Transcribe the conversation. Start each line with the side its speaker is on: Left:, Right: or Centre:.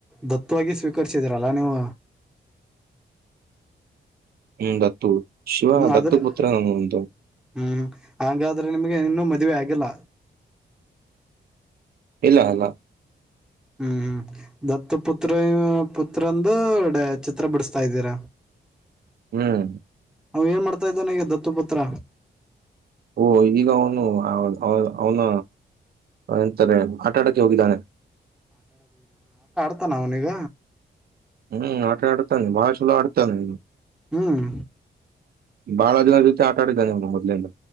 Centre: ದತ್ತವಾಗಿ ಸ್ವೀಕಸಿದಿರಲ್ಲ ನೀವು
Right: ಹ್ಮ್ ದತ್ತು ಶಿವ
Centre: ಹ್ಮ ಆದ್ರೆ
Right: ದತ್ತುಪುತ್ರ ನನ್ನೊಂದು
Centre: ಹ್ಮ್ ಹಾಗಾದ್ರೆ ನಿಮ್ಗೆ ಇನ್ನೂ ಮದ್ವೆ ಆಗ್ ಗಿಲ್ಲ
Right: ಇಲ್ಲ ಅಲ್ಲ
Centre: ಹ್ಮ್ ಹ್ಮ್ ದತ್ತು ಪುತ್ರ ಪುತ್ರಂದುಡ ಚಿತ್ರ ಬಿಡಿಸ್ತಾ ಇದ್ದೀರ.
Right: ಹ್ಮ್
Centre: ಅವ ಏನ್ ಮಾಡ್ತಾ ಇದ್ದಾನ ಈಗ ದತ್ತುಪುತ್ರ.
Right: ಓ ಈಗ ಅವನು ಅವ್ ಅವ್ನ ಎಂತಾರೆ ಆಟ ಆಡಕ್ಕೆ ಹೋಗಿದ್ದಾನೆ.
Centre: ತಾನ ಅವ್ನಿಗ.
Right: ಹ್ಮ್ ಅಟ ಅಡ್ತಾನೆ ಬಾಳ ಚಲೋ ಅಡ್ತಾನೆ.
Centre: ಹ್ಮ್
Right: ಬಳ ಜನ ಜೊತೆ ಆಟ ಆಡಿದಾನೆ ಇವ್ನು ಮೊದ್ಲಿಂದ